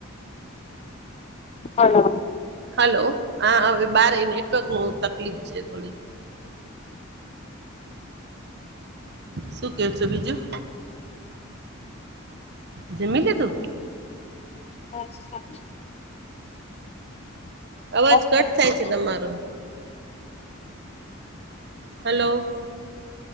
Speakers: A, on the left (about 30°); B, on the right (about 55°).
A: હલો.
B: હલો હા અવે બાર આઈ નેટવર્ક બઉ તકલીફ છે થોડી. સુ કેવુ છે બીજું? જમી લીધુ?
A: મજામ છે, હવ
B: અવાજ કટ
A: ક્યારનું
B: થાય છે
A: તમે?
B: તમારો હલો.